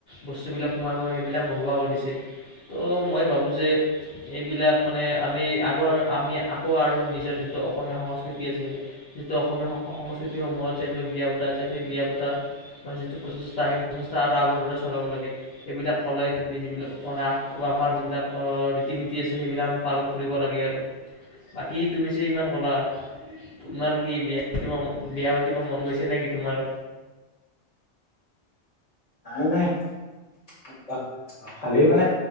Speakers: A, on the left; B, on the left.
A: বস্তুবিলাক সোমাই সোমাই সেইবিলাক নোহোৱা হৈ দিছে ত' মই ভাবোঁ যে এইবিলাক মানে আমি আগৰ আমি আকৌ আৰু নিজৰ যিটো অসমীয়া সংস্কৃতি আছে যিটো অসমীয়া সংস্কৃতিসমূহত যেনেকৈ বিয়া পতা আছে সেই বিয়া পতাৰ মই যিটো প্ৰচেষ্টা সেই প্ৰচেষ্টা আৰু আগৰ দৰে চলাব লাগে এইবিলাক ক'লাই তুমি যিবিলাকান আমাৰ যিবিলাক ৰীতি নীতি আছে সেইবিলাক আমি পালন কৰিব লাগে আৰু বাকী তুমি যে ইমান ক'লা তোমাৰ কি বিয়া বিয়া পাতিবা মন গৈছে নেকি তোমাৰ
B: নাই নাই সেবিলাক নাই খালি মানে